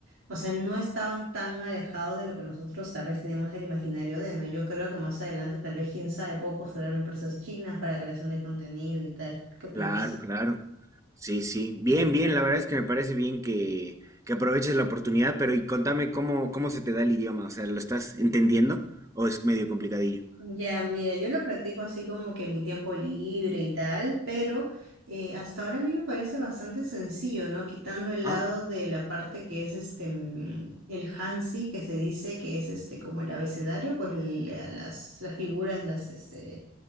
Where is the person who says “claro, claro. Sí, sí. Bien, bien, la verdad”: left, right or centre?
Right